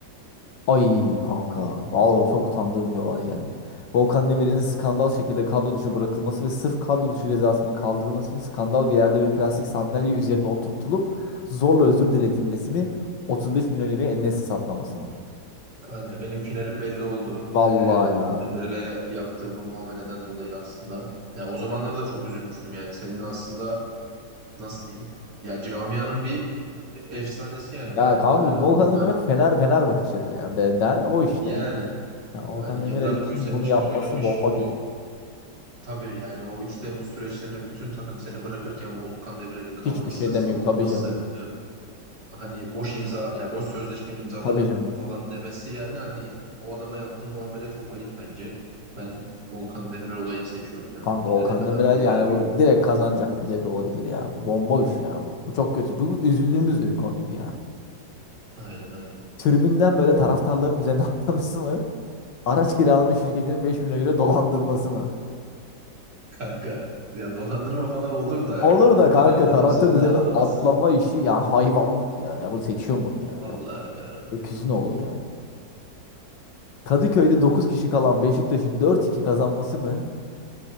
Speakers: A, on the left; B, on the right.
A: Ay kanka. Vallahi çok utandığım bir olay geldi. Volkan Demirel'in skandal şekilde kadro dışı bırakılması ve sırf kadro dışı cezasının kaldırılması için skandal bir yerde bir plastik sandalye üzerine oturtulup zorla özür diletilmesi mi? 35 milyon euroya en satmaması mı?
B: Kanka benim finalim belli oldu.
A: Vallahi
B: Ee, Volkan
A: ya.
B: Demirel'e yaptığı bu muameleden dolayı aslında. Ya o zamanlarda çok üzülmüştüm yani. Senin aslında nasıl diyeyim? Ya camianın bir efsanesi yani Volkan
A: Ya kanka
B: Demirel anladın
A: Volkan
B: mı?
A: Demirel
B: Hani
A: Fener Fenerbahçe'dir yani. De, de, o işte.
B: yani
A: Ya Volkan
B: hani
A: Aynen
B: yıllar
A: Demirel için
B: boyu senin
A: bunu
B: için
A: yapması
B: oynamış.
A: bomba
B: Bu
A: kötü.
B: tabii yani o 3 Temmuz süreçlerinde bütün takım seni bırakırken Volkan Demirel'in kalması,
A: Hiçbir şey
B: savunması
A: demeyip tabii canım.
B: hani boş imza ya boş sözleşme imzalarım
A: Tabii canım.
B: falan demesi yani hani o adama yaptığı muamele çok ayıp bence. Ben Volkan Demirel olayını seçiyorum ya.
A: Kanka
B: Finale
A: Volkan
B: kadar
A: Demirel
B: da gider
A: yani
B: büyük.
A: bu direkt kazanacak bile bir olabilir ya. Bu bomba bir şey ya bu. Bu çok kötü. Bu, bu üzüldüğümüz de bir konuydu yani.
B: Aynen öyle.
A: Tribünden böyle taraftarların üzerine <laughs> atlaması mı? Araç kiralama şirketinin beş milyon euro dolandırması mı?
B: <laughs> Kanka ya dolandırma falan olur da
A: Olur
B: yani
A: da
B: taraftarın
A: kanka taraftarın
B: üzerine
A: üzerine
B: atlaması
A: atlama işi ya hayvanlık ya. Ya bunu seçiyorum bunu ya.
B: vallahi
A: Ya öküzün oğlu ya. Kadıköy'de 9 kişi kalan Beşiktaş'ın dört iki kazanması mı?